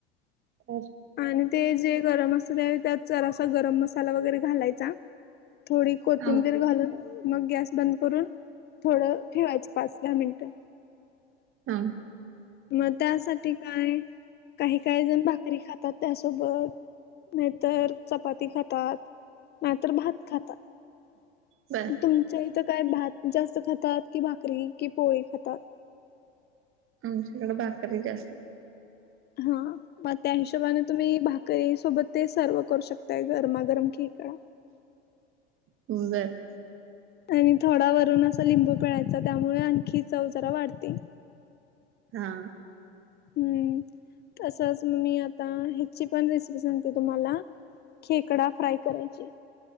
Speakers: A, on the right; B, on the left.
A: बर
B: आणि ते जे गरम असत त्यावेळी जरासा गरम मसाला वगैरे घालायचा. थोडी कोथिंबीर
A: हा
B: घालून. मग गॅस बंद करून थोडं ठेवायचं. पाच, दहा मिनटं.
A: हा.
B: मग त्यासाठी काय काही काही जण भाकरी खातात त्यासोबत. नाहीतर चपाती खातात. नाहीतर भात खातात.
A: बर.
B: तुमच्या इथं काय भात जास्त खातात की भाकरी कि पोळी खातात?
A: आमच्याकड भाकरी जास्त.
B: हा. मग त्या हिशोबाने तुम्ही भाकरी सोबत ते सर्व करू शकताय गरमागरम खेकडा.
A: होऊन जाईल.
B: आणि थोडा वरून असं लिंबू पिळायचा त्यामुळे आणखी चव जरा वाढते.
A: हा
B: हम्म. तंसच मी आ- - ता ह्याची पण रेसिपी सांगते तुम्हाला. खेकडा फ्राय करायची.